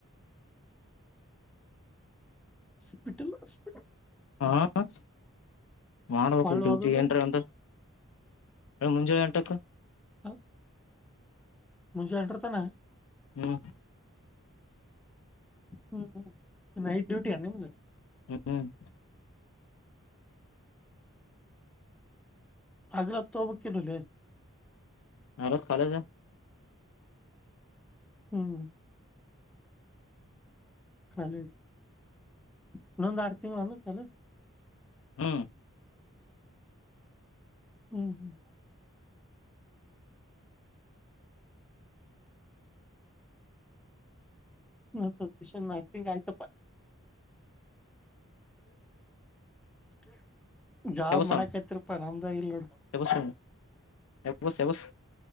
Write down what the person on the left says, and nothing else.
ಹಾ-ಅಸ್ ಮಾಡ್ಬೇಕಕ್ಲ್
ಡ್ಯೂಟಿ
ಏನ್ರಿ ಒಂದು ಹೇಳ ಮುಂಜಳೆ ಎಂಟಕ್.
ಹ್ಮ್-
ಹ್ಮ್-
ಅಲೋ ಕಾಲಜ.
ಹ್ಮ್-
ಎಬಸ
ಎಬಸ್ ಎಬಸ್ ಎಬಸ್